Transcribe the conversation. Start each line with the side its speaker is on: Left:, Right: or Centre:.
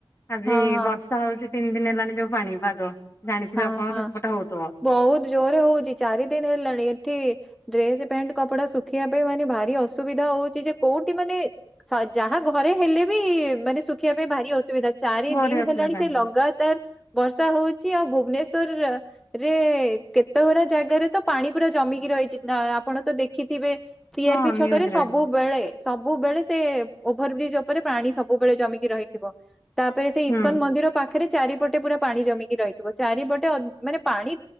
Left: ଆଜି
Centre: ହଁ ହଁ
Left: ବର୍ଷା ଥା ହଉଛି ତିନି ଦିନ ହେଲାଣି ଯୋଉ ପାଣି ପାଗ ଜାଣିଥିବେ
Centre: ହଁ
Left: ଆପଣଙ୍କର
Centre: ହଁ
Left: ହେପଟେ ହଉଥିବ।
Centre: ବହୁତ ଜୋରରେ ହଉଛି ଚାରି ଦିନ ହେଲାଣି ଏଠି ଡ୍ରେସ ପ୍ୟାଣ୍ଟ କପଡା ଶୁଖିବା ପାଇଁ ମାନେ ଭାରି ଅସୁବିଧା ହଉଛି ଯେ କୋଉଠି ମାନେ ସ ଯାହା ଘରେ ହେଲେ ବି ମାନେ ଶୁଖିବା ପାଇଁ ଭାରି ଅସୁବିଧା ଚାରି
Left: ଭାରି
Centre: ଦିନ
Left: ଅସୁବିଧା
Centre: ହେଲାଣି ସେ ଲଗାତାର ବର୍ଷା ହଉଛି ଆଉ ଭୁବନେଶ୍ଵର ରେ କେତେ ଘରା ଜାଗାରେ ତ ପାଣି ପୁରା ଜମିକି ରହିଛି। ନ ଆପଣ ତ ଦେଖିଥିବେ? ସି
Left: ହଁ
Centre: ଆର ପି ଛକ
Left: ନ୍ୟୁଜରେ
Centre: ରେ ସବୁ ବେଳେ ସବୁବେଳେ ସବୁବେଳେ ସେ ଓଭର୍ ବ୍ରିଜ୍ ଓପରେ ପାଣି ସବୁବେଳେ ଜମିକି ରହିଥିବ। ତାପରେ ସେ
Left: ହୁଁ
Centre: ଇସ୍କନ ମନ୍ଦିର ପାଖରେ ଚାରିପଟେ ପୁରା ପାଣି ଜମିକି ରଇ ଚାରିପଟେ ଅ ମାନେ ପାଣି